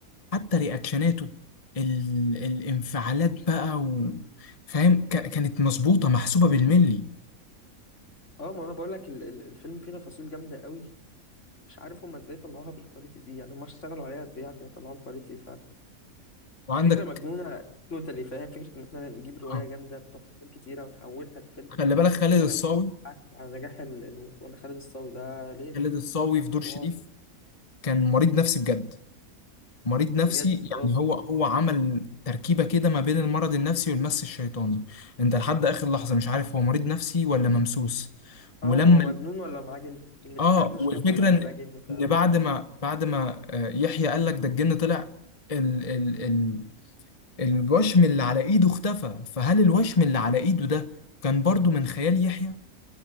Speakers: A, on the left; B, on the left.
A: حتى رياكشناته ال الانفعالات بقى و... فاهم ك- كانت مظبوطه محسوبه بالملي
B: اه ما انا بقول لك ال- ال- الفيلم فيه تفاصيل جامده قوي مش عارف هما ازاي طلعوها بالكواليتي دي يعني هما اشتغلوا عليها قد ايه عشان يطلعوا الكواليتي دي فعلا
A: وعندك
B: فكره مجنونه توتالي فاهم فكره ان احنا نجيب روايه
A: آه،
B: جامده بتفاصيل كتيره ونحولها لفيلم
A: خلي بالك خالد
B: ونراهن
A: الصاوي
B: على نجاح ال- الم... ولا خالد الصاوي ده ليله
A: خالد الصاوي
B: ده
A: في
B: حوار
A: دور شريف كان مريض نفسي بجد مريض نفسي
B: بجد
A: يعني
B: اه
A: هو هو عمل تركيبة كده ما بين المرض النفسي والمس الشيطاني انت لحد اخر لحظة مش عارف هو مريض نفسي ولا ممسوس
B: اه
A: ولما
B: هو مجنون ولا معاه جن اللي
A: اه
B: بيتكلم ده شريف
A: والفكرة
B: ولا
A: ان
B: ده جن فعلا
A: ان بعد ما بعد ما آه، يحيى قال لك ده الجن طلع ال ال ال الوشم اللي على ايده اختفى فهل الوشم اللي على ايده ده كان برضو من خيال يحيى